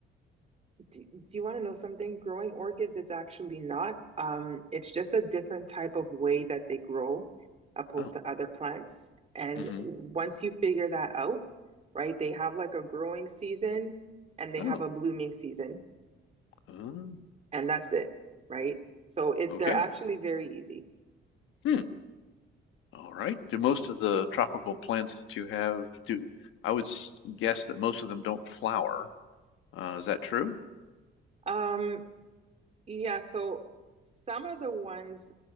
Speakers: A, on the right; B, on the left.
A: Do, do you want to know something? Growing orchids, it's actually not. Um, it's just a different type of way that they grow opposed
B: Oh.
A: to other plants. And
B: mm hmm
A: once you figure that out, right, they have like a growing season and they
B: Oh.
A: have a blooming season,
B: Oh.
A: and that's it, right? So it
B: Okay.
A: they're actually very easy.
B: Hmm. All right. Do most of the tropical plants that you have do, I would s- guess that most of them don't flower. Uh, is that true?
A: Um, yeah, so some of the ones